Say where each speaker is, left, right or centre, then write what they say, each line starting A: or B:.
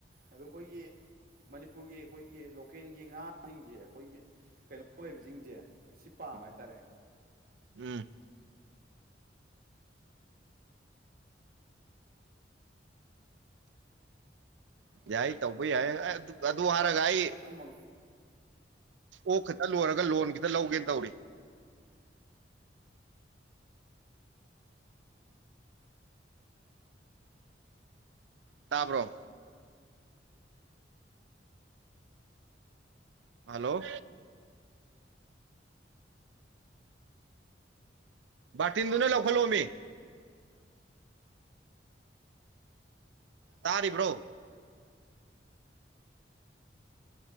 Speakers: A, on the right; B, on the right.
A: ꯑꯗꯨꯝ ꯑꯩꯈꯣꯏꯒꯤ ꯃꯅꯤꯄꯨꯔꯒꯤ ꯑꯩꯈꯣꯏꯒꯤ ꯂꯣꯀꯦꯜꯒꯤ ꯉꯥꯁꯤꯡꯁꯦ ꯑꯩꯈꯣꯏꯒꯤ ꯀꯩꯅꯣ ꯑꯣꯏꯕꯁꯤꯡꯁꯦ ꯁꯤ ꯄꯥꯝꯕ ꯍꯥꯏꯇꯥꯔꯦ꯫
B: ꯎꯝ꯫ ꯌꯥꯏ ꯇꯧꯕ ꯌꯥꯏ ꯑꯗꯨ ꯍꯥꯏꯔꯒ ꯑꯩ꯫
A: ꯑꯃꯃꯪ
B: ꯑꯣꯛ ꯈꯤꯇ ꯂꯣꯏꯔꯒ ꯂꯣꯟ ꯈꯤꯇ ꯂꯧꯒꯦꯅ ꯇꯧꯔꯤ꯫ ꯇꯥꯕ꯭ꯔꯣ꯫ ꯍꯜꯂꯣ꯫ ꯕꯥꯇꯤꯟꯗꯨꯅ ꯂꯧꯈꯠꯂꯣꯃꯤ꯫ ꯇꯥꯔꯤꯕ꯭ꯔꯣ꯫